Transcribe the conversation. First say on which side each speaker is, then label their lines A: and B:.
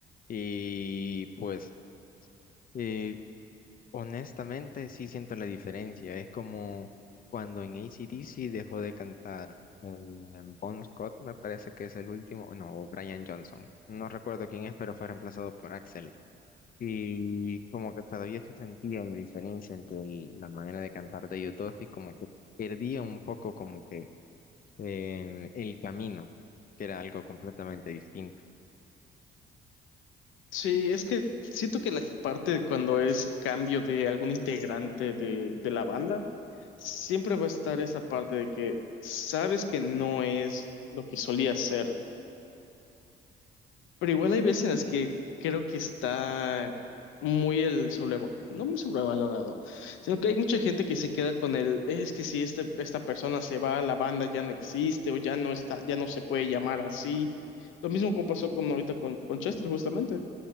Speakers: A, on the left; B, on the left.
A: Y pues, eh, honestamente, sí siento la diferencia. Es como cuando en AC/DC dejó de cantar eh, Bon Scott, me parece que es el último, no, o Brian Johnson. No recuerdo quién es, pero fue reemplazado por Axel. Y como que todavía se sentía la diferencia entre el- la manera de cantar de ellos dos y como que perdía un poco como que eh, el camino, que era algo completamente distinto.
B: Sí, es que siento que la parte de cuando es cambio de algún integrante de, de la banda, siempre va a estar esa parte de que sabes que no es lo que solía ser, pero igual hay veces en las que creo que está muy el sobre, no muy sobrevalorado, sino que hay mucha gente que se queda con el, es que si este, esta persona se va, la banda ya no existe o ya no está, ya no se puede llamar así. Lo mismo como pasó con ahorita con, con Chester, justamente